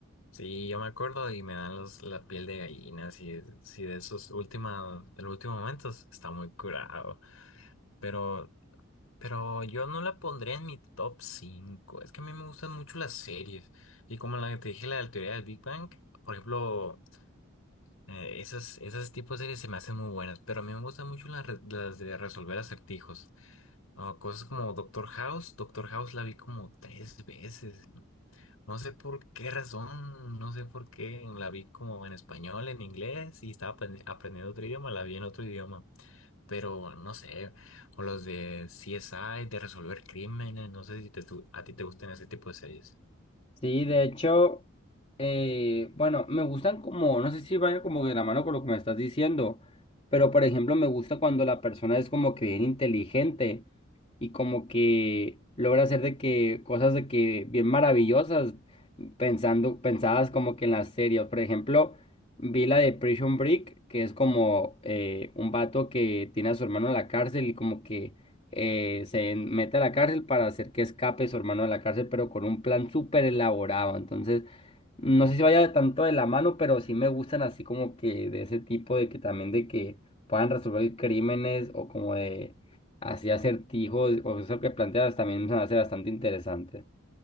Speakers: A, on the left; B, on the left.
A: Sí, yo me acuerdo y me dan los, la piel de gallina, si, si de esos últimos, de los últimos momentos, está muy curado. Pero, pero yo no la pondría en mi top 5. Es que a mí me gustan mucho las series. Y como la que te dije, la de la teoría del Big Bang, por ejemplo, eh, esas, esas tipos de series se me hacen muy buenas. Pero a mí me gustan mucho las, re- las de resolver acertijos. Ah, cosas como Doctor House. Doctor House la vi como tres veces. No sé por qué razón, no sé por qué la vi como en español, en inglés y estaba aprend- aprendiendo otro idioma, la vi en otro idioma, pero no sé, o los de CSI, de resolver crímenes, no sé si te, tu- a ti te gustan ese tipo de series.
B: Sí, de hecho, eh, bueno, me gustan como, no sé si vayan como de la mano con lo que me estás diciendo, pero por ejemplo, me gusta cuando la persona es como que bien inteligente y como que logra hacer de que cosas de que bien maravillosas, pensando, pensadas como que en las series. Por ejemplo, vi la de Prison Break, que es como eh, un vato que tiene a su hermano en la cárcel y como que eh, se mete a la cárcel para hacer que escape su hermano de la cárcel, pero con un plan súper elaborado. Entonces, no sé si vaya tanto de la mano, pero sí me gustan así como que de ese tipo de que también de que puedan resolver crímenes o como de así acertijos o eso que planteas también se me hace bastante interesante.